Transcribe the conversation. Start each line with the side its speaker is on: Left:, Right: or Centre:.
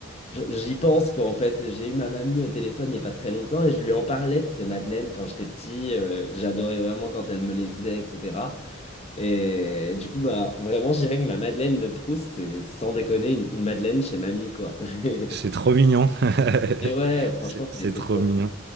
Left: je- j'y pense, quoi. En fait, j'ai eu ma mamie au téléphone il n'y a pas très longtemps et je lui en parlais de ces madeleines quand j'étais petit, euh, que j'adorais vraiment quand elle me les faisait, etc. Et du coup, bah, vraiment, je dirais que ma madeleine de Proust, c'est sans déconner une, une madeleine chez mamie, quoi. <laughs>
Right: C'est trop mignon. <laughs>
Left: Et ouais, franchement,
Right: C'est c'est
Left: c'est c'est
Right: trop
Left: top.
Right: mignon.